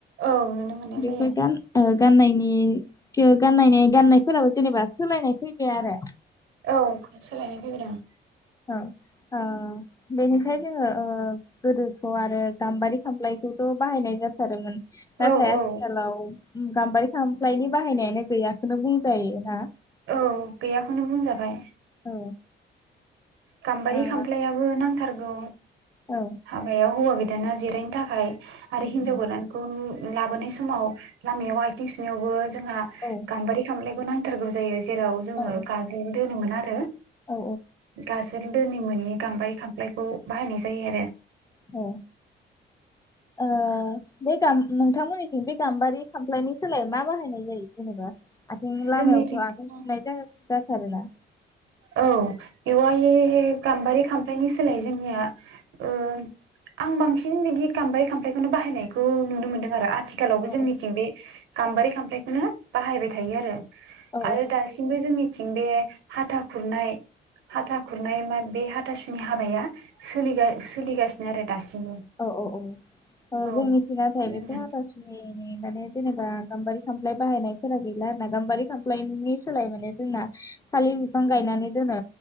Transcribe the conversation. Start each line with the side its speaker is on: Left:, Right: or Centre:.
Right: औ नुनो मोननाय
Left: बेफोर
Right: जायो।
Left: गान ओ गाननायनि गान गाननायफोरावो जेनेबा सोलायनाय फैबाय आरो।
Right: औ सोलायनाय फैबाय दं।
Left: औ औ बेनिफ्राय जोङो ओ गोदोखौ आरो गाम्बारि खाम्लायखौथ' बाहायनाय जाथारोमोन। नाथाय
Right: औ
Left: आथिखालाव
Right: औ
Left: गाम्बारि खामफ्लायनि बाहायनायानो गैयाखौनो बुंजायो ना?
Right: औ गैयाखौनो बुंजाबाय।
Left: औ।
Right: गाम्बारि
Left: ओ
Right: खामफ्लायाबो नां थारगौ।
Left: औ
Right: हाबाया हौवा गो दाना जिरायनो थाखाय आरो
Left: उम
Right: हिनजाव
Left: उम
Right: गोदानखौ नु लाबोनाय समाव लामायाव आथिं सुनायावबो जोंहा
Left: औ
Right: गामबारि खामफ्लाय बेखौ नांथारगौ जायो। जेराव जोङो
Left: औ
Right: गाजोलबो दोनोमोन ना आरो।
Left: औ
Right: गाजो जोल दोनि मोनि गाम्बारि खामफ्लायखौ बाहायनाय जायो आरो।
Left: औ ओ बे गाम नोंथांमोननिथिं बे गाम्बारि खामफ्लायनि सोलाय मा बाहायनाय जायो जेनेबा? आथिं
Right: जोंनिथिंथ'
Left: लामायावसो आथिं सुनाय जायो। जाथारो ना?
Right: औ बेवहाय गाम्बारि खामफ्लायनि सोलाय जोंनिया ओह आं बांसिन बिदि गाम्बारि खामफ्लायखौनो बाहायनायखौ नुनो मोनदों आरो आथि आथिखालावबो
Left: औ
Right: जोंनिथिं बे गाम्बारि खामफ्लायखौनो बाहायबाय थायो आरो।
Left: औ
Right: आरो दासिमबो जोंनि थिं बे हाथा खुरनाय हाथा खुरनाय मा बे हाथासुनि हाबाया सोलिगा-सोलिगासिनो आरो। दासिमबो
Left: औ औ औ
Right: औ
Left: जोंनिथिं नाथाय
Right: बिदिनो
Left: बेफोर
Right: मोजां
Left: हाथासुनि माने जेनेबा गाम्बारि खामफ्लाय बाहायनायफोरा गैला आरो ना गाम्बारि खामफ्लायनि सोलाय माने जोंना थालिर बिफां गायनानै दोनो